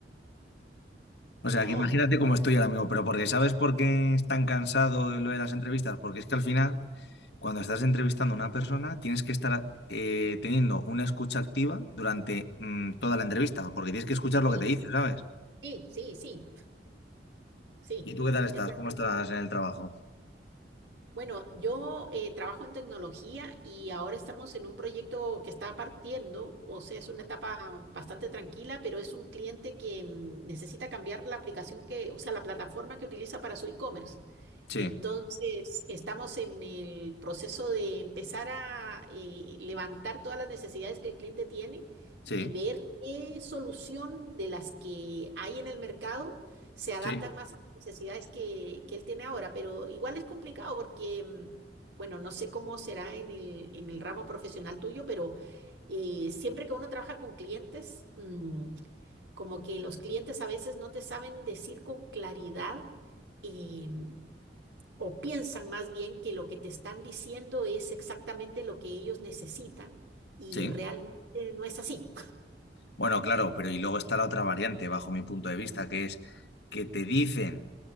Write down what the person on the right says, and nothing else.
No.
ujú,
Sí,
sí, sí, sí. Sí,
es verdad.
Bueno, yo eh, trabajo en tecnología y ahora estamos en un proyecto que está partiendo, o sea, es una etapa bastante tranquila, pero es un cliente que mm, necesita cambiar la aplicación que, o sea, la plataforma que utiliza para su e-commerce.
Entonces, estamos en el proceso de empezar a eh, levantar todas las necesidades que el cliente tiene
y ver qué solución de las que hay en el mercado se adaptan
más a las necesidades que, que él tiene ahora, pero igual es complicado porque, mm, bueno, no sé cómo será en el, en el ramo profesional tuyo, pero eh, siempre que uno trabaja con clientes, mm, como que los clientes a veces no te saben decir con claridad eh, o piensan más bien que lo que te están diciendo es exactamente lo que ellos necesitan y
realmente no es así.